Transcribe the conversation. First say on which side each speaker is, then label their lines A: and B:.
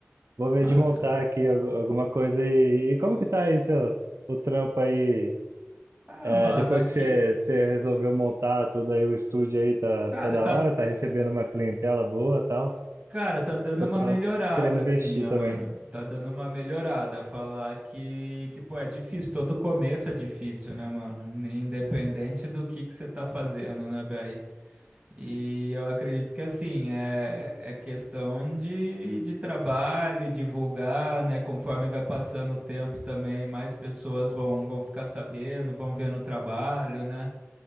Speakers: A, on the right; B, on the right.
A: Vou ver
B: Massa.
A: de montar aqui al- alguma coisa e, e como que tá aí seus, o trampo aí?
B: Ah,
A: É,
B: mano,
A: depois
B: aqui.
A: que você você resolveu montar tudo aí, o estúdio aí tá,
B: Cara,
A: tá da
B: tá.
A: hora, tá recebendo uma clientela boa e tal,
B: Cara, tá dando
A: que
B: uma
A: eu tô
B: melhorada,
A: querendo investir
B: assim, ó,
A: também.
B: mano. Tá dando uma melhorada. Falar que, que, pô, é difícil. Todo começo é difícil, né, mano? Independente do que que você tá fazendo, né, velho? E eu acredito que assim, é, é questão de, de trabalho, divulgar, né? Conforme vai passando o tempo também, mais pessoas vão, vão ficar sabendo, vão vendo o trabalho, né?